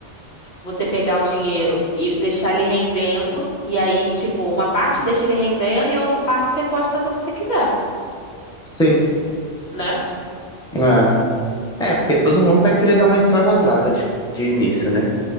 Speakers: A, on the left; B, in the centre.
A: você pegar o dinheiro e deixar ele rendendo, e aí, tipo, uma parte deixa ele rendendo e a outra parte você pode fazer o que você quiser,
B: Sim.
A: né?
B: É. É, porque todo mundo vai querer dar uma extravasada de, de início, né?